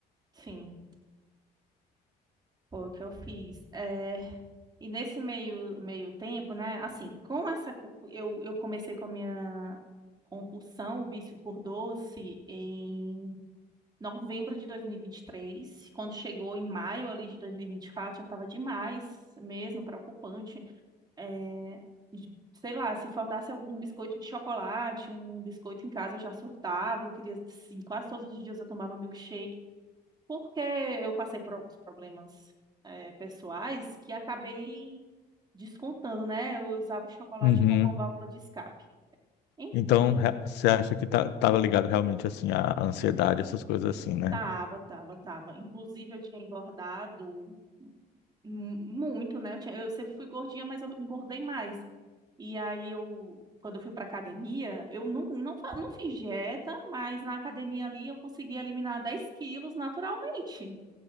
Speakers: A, on the right; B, on the left.
A: Sim, foi o que eu fiz. É, E nesse meio, meio tempo, né? Assim, com essa. cu- Eu, eu comecei com a minha compulsão, o vício por doce, em novembro de dois mil e e vinte e três Quando chegou em maio ali de dois mil e e vinte e quatro já estava demais mesmo, preocupante. É, de- sei lá, se faltasse algum um biscoito de chocolate, um biscoito em casa, eu já surtava. Eu queria, assim, quase todos os dias eu tomava milkshake. Porque eu passei por alguns problemas é, pessoais que acabei descontando, né? Eu usava o chocolate
B: Uhum.
A: como uma válvula de escape. Enfim,
B: Então, re- você acha que tá, tava ligado realmente assim à ansiedade, essas coisas assim, né?
A: tava, tava, tava. Inclusive, eu tinha engordado mu- muito, né? Eu tinha- eu sempre fui gordinha, mas eu engordei mais. E aí, eu, quando eu fui pra academia, eu não, não, fa- não fiz dieta, mas na academia ali eu consegui eliminar 10 quilos naturalmente.